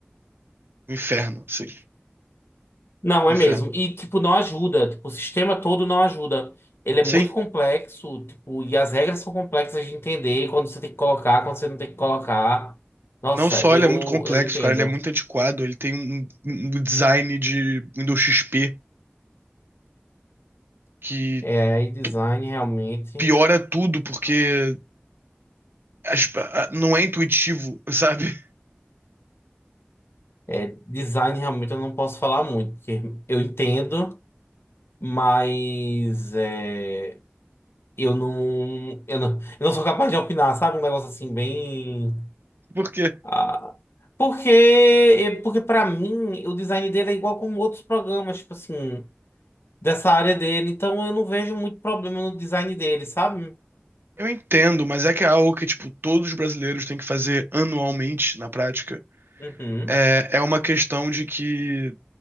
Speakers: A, on the right; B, on the left.
A: um inferno, assim,
B: Não,
A: um
B: é
A: inferno.
B: mesmo. E, tipo, não ajuda. Tipo, o sistema todo não ajuda. Ele é
A: Sim,
B: muito complexo, tipo, e as regras são complexas de entender quando você tem que colocar, quando você não tem que colocar. Nossa,
A: Não só
B: eu,
A: ele é muito complexo,
B: eu entendo.
A: cara, ele é muito antiquado, ele tem um, um um design de Windows XP que
B: É, e design
A: t-
B: realmente.
A: piora tudo porque as- a- não é intuitivo, sabe? <laughs>
B: É, design realmente eu não posso falar muito, porque eu entendo, mas é, eu não, eu não, eu não sou capaz de opinar, sabe? Um negócio assim, bem.
A: Porque
B: ah, Porque, porque para mim, o design dele é igual como outros programas, tipo assim, dessa área dele. Então eu não vejo muito problema no design dele, sabe?
A: eu entendo, mas é que é algo que, tipo, todos os brasileiros têm que fazer anualmente na prática.
B: Uhum.
A: É, é uma questão de que